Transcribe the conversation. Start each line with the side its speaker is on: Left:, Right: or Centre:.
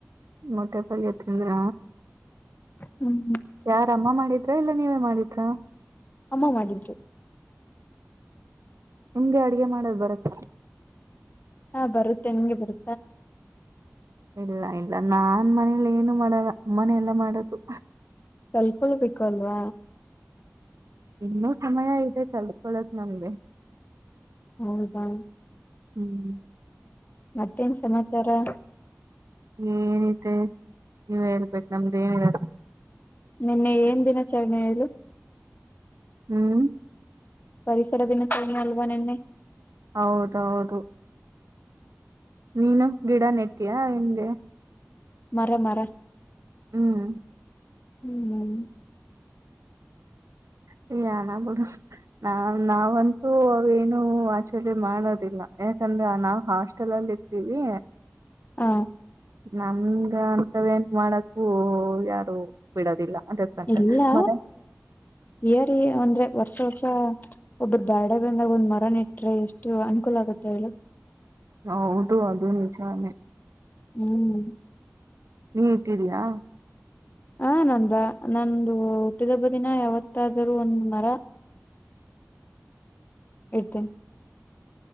Right: ಮೊಟೆ ಪಾಗ ತಿಂದ್ರ
Left: ಹ್ಮ್
Right: ಯಾರ ಅಮ್ಮ ಮಾಡಿದ ಇಲ್ಲ ನೀವೇ ಮಾಡಿದಾ
Left: ಅಮ್ಮ ಮಾಡಿದ್ರು
Right: ನಿಮ್ಗೆ ಅಡ್ಗೆ ಮಾಡದು್ ಬರತ್ತ
Left: ಹಾ ಬರುತ್ತೆ ನಿಂಗೆ ಬರು
Right: ಇಲ್ಲ ಇ ಇಲ್ಲ ನಾನ್ ಮನೇಲಿ ಏನು ಮಾಡಲ್ಲ ಅಮ್ಮನ ಎಲ್ಲ ಮಾಡದು
Left: ಕಲ್ಕೊಳ್ಬೇಕ ಕೊಲ್ವಾ
Right: ಇನ್ನೂ ಸಮಯ ಇದೆ ಕಲ್ಕೊಳಕ್ ನಮ್ಗೆ
Left: ಹೌದಾ
Right: ಹ್ಮ್
Left: ಮತ್ತೇನ್ ಸಮಾಚಾರ
Right: ಏನಿದೆ ನೀವ್ ಹೇಳ್ಬೇಕ ನಮ್ದು ಏನಿಲ್ಲ
Left: ನಿನ್ನೆ ಏನ್ ದಿನಾಚರಣೆ ಇದು
Right: ಹ್ಮ್
Left: ಪರಿಸರ ದಿನಚಾರನೆ ಅಲ್ವಾ ನೆನ್ನೆ
Right: ಹೌದೌದು ನೀನು ಗಿಡ ನೆಟ್ಟಿಯಾ ಹೆಂಗೆ
Left: ಮರ ಮರ
Right: ಹ್ಮ್
Left: ಹ್ಮ್
Right: <unintelligible> ನಾವಂತೂ ಅವೇನು ಆಚುಲಿ ಮಾಡೋದಿಲ್ಲ ಯಾಕಂದ್ರೆ ನಾವ್ ಹಾಸ್ಟೆಲ್ ಅಲ್ಲಿ ಇರ್ತೀವಿ
Left: ಹ
Right: ನಮಂಗ ಅಂತವ ಎನ್ ಮಾಡತ್ ಓ ಯಾರು ಬಿಡೋದಿಲ್ಲ ಅದಕ್ಕಂತ
Left: ಎಲ್ಲಾ
Right: ಮರ
Left: ಏರಿ ಅಂದ್ರೆ ವರ್ಷ ವರ್ಷ ಒಬ್ಬ್ರ ಬ್ಯಾಡ ಬಂದಾಗ ಒಂದ್ ಮರನ ಇಟ್ರೆ ಎಷ್ಟು ಅನುಕೂಲ ಆಗುತ್ತೆ ಹೇಳ
Right: ಹೌದು ಅದು ನಿಜಾನೆ
Left: ಹ್ಮ್
Right: ನೀ ಇಟ್ಟಿದಯಾ
Left: ಹ ನಂದ ನಂದು ಹುಟ್ಟಿದಬ್ಬ ದಿನ ಯಾವತ್ತಾದರೂ ಒಂದ್ ಮರ ಇಡ್ತಿನ್